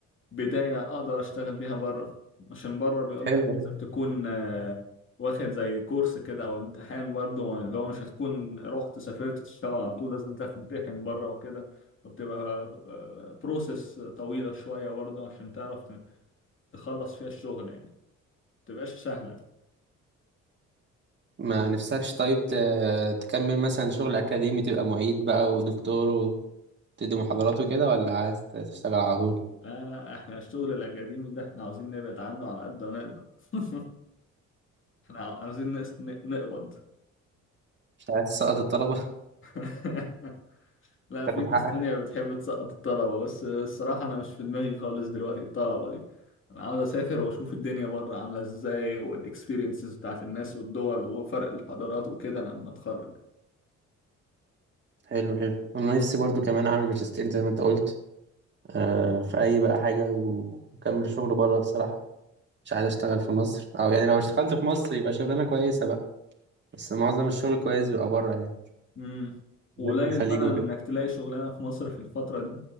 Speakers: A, on the left; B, on the right.
A: بداية أقدر أشتغل بيها بره عشان بره بيقول
B: حلو
A: لك لازم
B: حلو
A: تكون آه، واخد زي كورس كده أو امتحان برضه اللي هو مش هتكون رحت سافرت تشتغل على طول لازم تمتحن بره وكده وبتبقى بروسيس طويلة شوية برضه عشان تعرف ت- تخلص فيها الشغل يعني ما بتبقاش سهلة
B: ما نفسكش طيب ت- تكمل مثلا شغل اكاديمي تبقى معيد بقى ودكتور وتدي محاضرات وكده ولا عايز تشتغل على طول
A: لا لا احنا الشغل الأكاديمي ده احنا عاوزين نبعد عنه على قد ما نقدر <laughs> احنا عاوزين نس- ن- نقبض
B: مش عايز تسقط الطلبة
A: <laughs> لا
B: تاخد
A: في ناس
B: حقك
A: تانية بتحب تسقط الطلبة بس الصراحة أنا مش في دماغي خالص دلوقتي الطلبة دي أنا عاوز أسافر وأشوف الدنيا بره عاملة إزاي والإكسبيرينسز بتاعت الناس والدول وفرق الحضارات وكده أنا لما أتخرج
B: حلو حلو انا نفسي برضو كمان اعمل ماجستير زي ما انت قلت آه، في اي بقى حاجة و- واكمل شغل بره بصراحة مش عايز اشتغل في مصر او يعني لو اشتغلت في مصر يبقى شغلانه كويسه بقى بس معظم الشغل كويس بيبقى بره يعني
A: امم
B: بالذات
A: وقليل
B: في الخليج
A: فعلا
B: وكده
A: إنك تلاقي شغلانة في مصر في الفترة دي